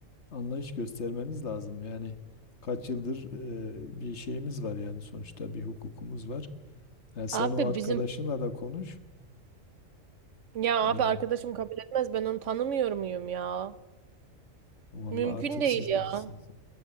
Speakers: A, on the left; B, on the right.
A: anlayış göstermeniz lazım. Yani kaç yıldır e, bir şeyimiz var yani sonuçta bir hukukumuz var. Yani sen
B: Abi
A: o arkadaşınla
B: bizim
A: da konuş.
B: ya
A: E,
B: abi arkadaşım kabul etmez ben onu tanımıyor muyum ya?
A: Vallahi
B: Mümkün
A: artık
B: değil
A: siz
B: ya.
A: bilirsiniz.